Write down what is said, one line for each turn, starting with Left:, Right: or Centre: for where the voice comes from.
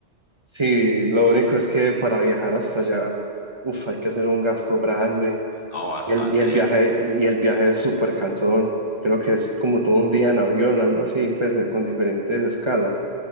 Right: Sí, lo único es que para viajar hasta allá, uf, hay que hacer un gasto grande.
Left: No, bastante.
Right: Y el, y el viaje,
Left: Y el,
Right: y el viaje es súper cansón. Creo que es como todo un día en avión, algo así, pues eh, con diferentes escalas.